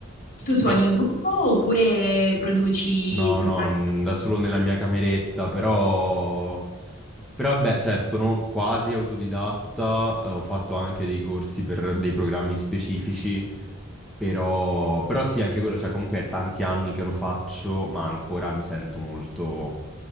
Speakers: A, on the left; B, in the centre.
A: Tu suoni
B: però sì,
A: in gruppo oppure produci
B: no,
A: soltanto?
B: no, mm, da solo nella mia cameretta, però... Però vabbè, cioè, sono quasi autodidatta, eh, ho fatto anche dei corsi per dei programmi specifici però, però sì, anche quello, cioè comunque è tanti anni che lo faccio, ma ancora mi sento molto...